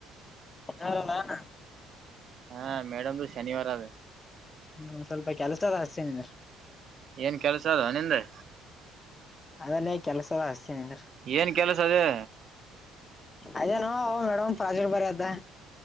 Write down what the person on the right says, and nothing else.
ಹಾ ಮೇಡಮ್ದು ಶನಿವಾರ ಅದ
ಏನ್ ಕೆಲ್ಸ ಅದ್ ನಿಂದೆ
ಏನ್ ಕೆಲಸ ಅದೇ